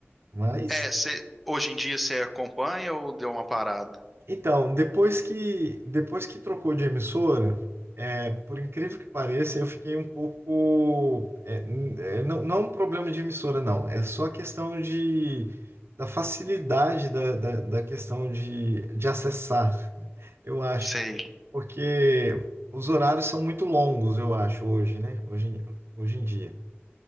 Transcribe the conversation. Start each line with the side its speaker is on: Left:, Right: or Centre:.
Right: Mas
Centre: É, cê- hoje em dia você acompanha ou deu uma parada?
Right: Então, depois que depois que trocou de emissora, é, por incrível que pareça, eu fiquei um pouco é, n- é, não, não é um problema de emissora, não. É só a questão de da facilidade da, da, da questão de, de acessar, <laughs> eu acho,
Centre: Sei,
Right: porque os horários são muito longos, eu acho, hoje, né? Hoje, em- hoje em dia.